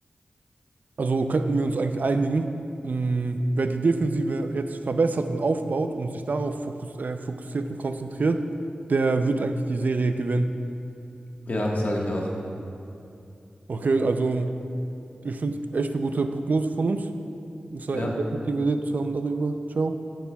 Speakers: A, on the right; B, on the left.
A: Also könnten wir uns eigentlich einigen, mh, wer die Defensive jetzt verbessert und aufbaut und sich darauf fokus äh, fokussiert und konzentriert, der wird eigentlich die Serie gewinnen.
B: Ja, sage ich auch.
A: Okay, also ich finde es echt eine gute Prognose von uns. Es war
B: Ja,
A: nett, mit dir geredet zu haben darüber. Ciao.